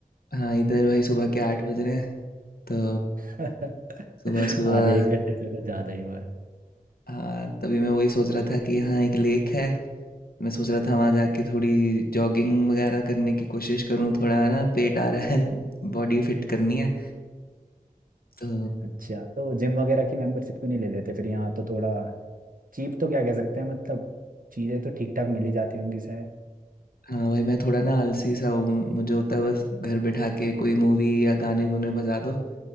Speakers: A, on the left; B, on the right.
A: हाँ इधर भाई सुबह के आठ बज रहे हैं तो
B: <laughs>
A: सुबह सुबह
B: आधे एक घंटे से तो ज़्यादा ही हुआ है
A: हाँ तभी मैं वही सोच रहा था कि यहाँ एक लेक है मैं सोच रहा था वहाँ जाके थोड़ी जॉगिंग वगैरह करने की कोशिश करूँ थोड़ा ना पेट आ रहा है बॉडी फिट करनी है तो
B: अच्छा तो जिम वगैरह की मेंबरशिप क्यों नहीं ले लेते फिर यहाँ तो थोड़ा चीप तो क्या कह सकते हैं मतलब चीज़ें तो ठीक ठाक मिल ही जाती होंगी शायद
A: हाँ भाई मैं थोड़ा ना आलसी सा हूँ मुझे होता है बस घर बैठा के कोई मूवी या गाने गुने बजा दो